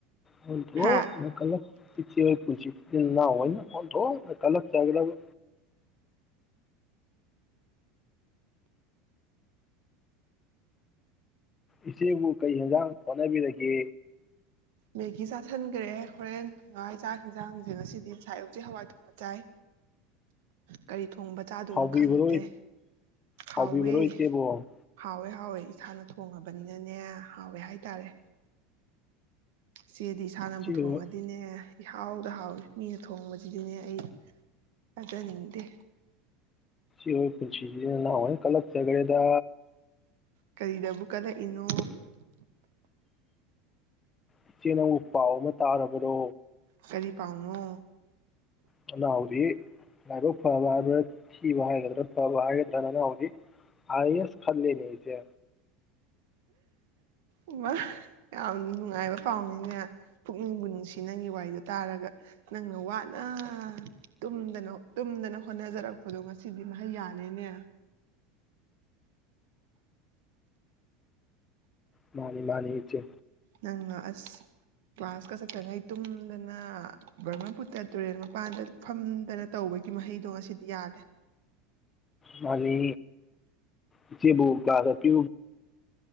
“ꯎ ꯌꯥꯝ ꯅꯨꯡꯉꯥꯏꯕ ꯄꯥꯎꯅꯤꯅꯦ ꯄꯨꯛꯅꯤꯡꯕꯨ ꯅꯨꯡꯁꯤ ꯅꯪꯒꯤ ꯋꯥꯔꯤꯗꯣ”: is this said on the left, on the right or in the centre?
Right